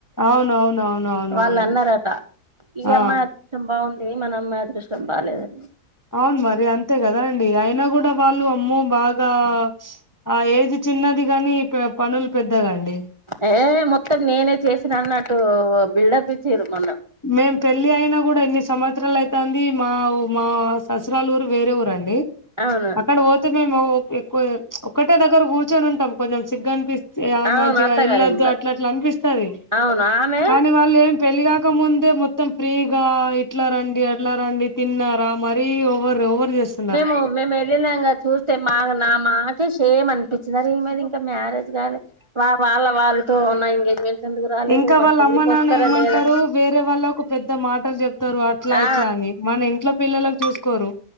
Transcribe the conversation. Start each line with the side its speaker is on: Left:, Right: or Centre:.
Left: అవునవునవునవునవును
Right: వాళ్ళన్నరట ఈయమ్మాయ
Left: ఆ
Right: దృష్టం బాగుంది మనమ్మాయి అదృష్టం బాలేదని
Left: అవును మరి అంతే గదా అండి అయినా గూడ వాళ్ళు అమ్మో బాగా ఆ ఏజ్ చిన్నది గనీ ప పనులు పెద్దగాండి
Right: ఏ మొత్తం నేనే చేసినన్నట్టూ బిల్డప్పిచ్చీరు మొన్న
Left: మేం పెళ్ళి అయినా గూడా ఇన్ని సంవత్సరాలు అయితాంది మాఉ మా అసరలూరు వేరే ఊరండి
Right: అవును
Left: అక్కడ పోతే మేము ఎక్కువ ఒక్కటే దగ్గర కూర్చొని ఉంటం కొంచం సిగ్గన్పిస్ ఏ ఆ
Right: అవును
Left: మంచిగ
Right: అత్తగారి
Left: వెల్ళద్దు
Right: ఇంట్లో
Left: అట్లట్ల అనిపిస్తది
Right: అవును ఆమె
Left: కాని వాళ్లేం పెళ్ళగా ముందే మొత్తం ఫ్రీగా ఇట్లారండి అట్లారండి తిన్నారా మరీ ఓవర్ ఓవర్ జేస్
Right: మేమూ మేమె భిన్నంగా చూస్తే మా నా మాకే షేమనిపిచ్చిన్ అరె ఈమెది ఇంక మ్యారేజ్ గాలె వా వాళ్ళ వాళ్ళతో నా ఎంగేజ్మెంట్ ఎందుకు రాలేదు
Left: ఇంక
Right: మరి
Left: వాళ్ళమ్మానాన్న
Right: పెళ్ళికి వస్తారా
Left: ఏమంటరు
Right: లేదా
Left: వేరే వాళ్ళకు పెద్ద మాటల్ జెప్తరు అట్ల
Right: ఆ
Left: ఇట్లని మన ఇంట్ల పిల్లలకు జూసుకోరు